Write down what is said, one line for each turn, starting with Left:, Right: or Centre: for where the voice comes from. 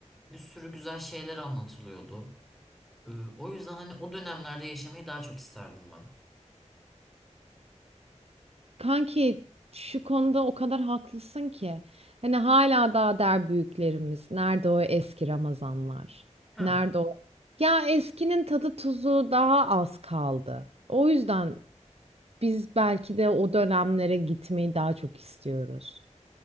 Centre: bir sürü güzel şeyler anlatılıyordu. E, O yüzden hani o dönemlerde yaşamayı daha çok isterdim ben.
Right: Kanki şu konuda o kadar haklısın ki. Hani hala daha der büyüklerimiz. Nerede o eski Ramazanlar?
Centre: Ha
Right: Nerede o? Ya eskinin tadı tuzu daha az kaldı. O yüzden biz belki de o dönemlere gitmeyi daha çok istiyoruz.